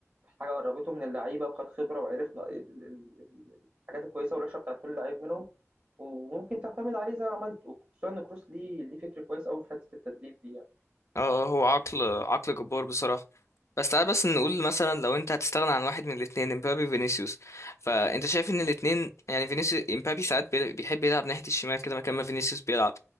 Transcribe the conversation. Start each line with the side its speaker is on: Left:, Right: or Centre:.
Right: حاجه قربته من اللعيبه وخد خبره وعرف ن- ال- ال- ال- الحاجات الكويسه والوحشه بتاعت كل لعيب منهم وممكن تعتمد عليه زي ما عملت وخصوصا ان كروس ليه ليه فكر كويس قوي في حته التدريب دي يعني.
Left: اه آه، هو عقل عقل جبار بصراحه بس تعال بس نقول مثلا لو انت هتستغنى عن واحد من الاثنين امبابي فينيسيوس فانت شايف ان الاثنين يعني فينيسيوس امبابي ساعات بي- بيحب يلعب ناحيه الشمال كده مكان ما فينيسيوس بيلعب